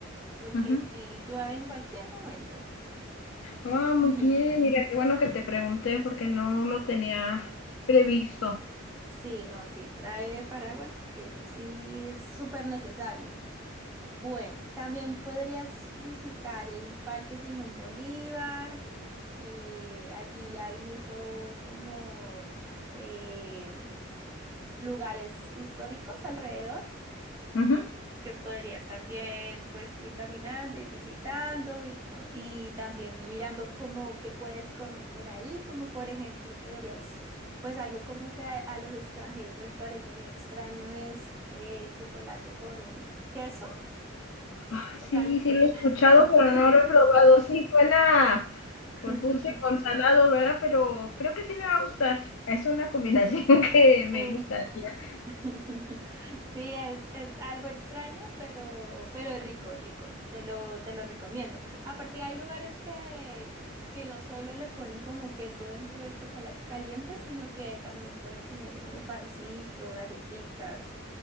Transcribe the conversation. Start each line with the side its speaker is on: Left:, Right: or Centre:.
Right: porque
Left: Ujú.
Right: si llueve en cualquier momento.
Left: Ah, muy
Right: <laughs>
Left: bien, mira, qué bueno que te pregunté porque no lo tenía previsto.
Right: Sí, no, sí, trae paraguas porque eso sí es súper necesario. Bueno, también podrías visitar el Parque Simón Bolívar. eh, allí hay muchos como eh, lugares históricos alrededor.
Left: Ujú.
Right: que podrías también pues ir caminando, ir visitando, ir co- y también mirando como que puedes comer por ahí, como por ejemplo podrías, pues algo como que a, a los extranjeros les parece muy extraño es eh, chocolate con queso,
Left: Ah,
Right: o
Left: sí,
Right: sea,
Left: sí lo he escuchado,
Right: <laughs>
Left: pero
Right: sí.
Left: no lo he probado. Sí, suena
Right: <laughs>
Left: pues dulce con salado, ¿verdad? Pero creo que sí me va a gustar. Es una combinación <laughs> que me
Right: Eh,
Left: gustaría.
Right: <laughs> Sí, es, es algo extraña, pero, pero es rico, es rico. Te lo, te lo recomiendo. Aparte, hay lugares que, que no solo le ponen como queso dentro de chocolate caliente, sino que también pueden ponerle como pancito, galletitas.